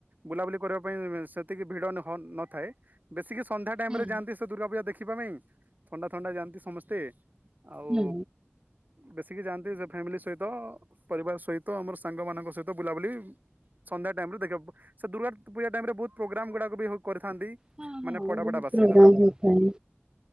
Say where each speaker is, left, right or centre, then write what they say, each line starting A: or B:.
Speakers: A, on the right; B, on the right.
A: ବୁଲାବୁଲି କରିବା ପାଇଁ ସେତିକି ଭିଡନ୍ ହନ୍ ନଥାଏ। ବେଶିକି ସନ୍ଧ୍ୟା ଟାଇମ
B: ହୁଁ।
A: ରେ ଯାଆନ୍ତି ସେ ଦୁର୍ଗାପୂଜା ଦେଖିବା ପାଇଁ। ଥଣ୍ଡା ଥଣ୍ଡା ଯାଆନ୍ତି ସମସ୍ତେ। ଆଉ
B: ହୁଁ
A: ବେଶିକି ଯାଆନ୍ତି ସେ ଫ୍ୟାମିଲି ସହିତ ପରିବାର ସହିତ ଆମର ସାଙ୍ଗମାନଙ୍କ ସହିତ ବୁଲାବୁଲି ସନ୍ଧ୍ୟା ଟାଇମ ରେ ଦେଖିବା ସେ ଦୁର୍ଗା ପୂଜା ଟାଇମ ରେ ବହୁତ ପ୍ରୋଗ୍ରାମ ଗୁଡ଼ା ବି କରିଥାନ୍ତି।
B: ହ
A: ମାନେ
B: ହଁ
A: ପଡା
B: ବ
A: ପଡା ବାସି
B: ପ୍ରୋଗ୍ରାମ
A: ତା ମାନେ
B: ହେତା